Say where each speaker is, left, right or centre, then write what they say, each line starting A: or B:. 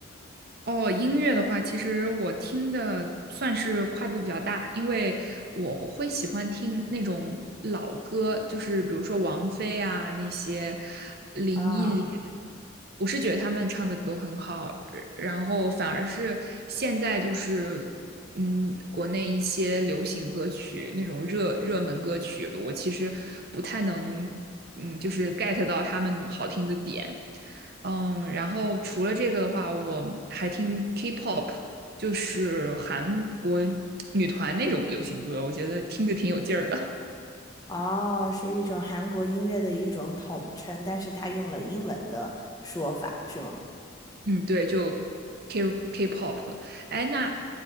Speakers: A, on the right; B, on the left.
A: 哦，音乐的话，其实我听的算是跨度比较大，因为我会喜欢听那种老歌，就是比如说王菲啊那些林忆莲，
B: 啊。
A: 我是觉得他们唱的都很好，呃然后反而是现在就是嗯，国内一些流行歌曲那种热热门歌曲，我其实不太能嗯，就是 get 到他们好听的点。嗯，然后除了这个的话，我还听 K-pop，就是韩国女团那种流行歌，我觉得听着挺有劲儿的。
B: 哦，是一种韩国音乐的一种统称，但是它用了英文的说法，是吗？
A: <laughs> 嗯，对，就 K K-pop。哎，那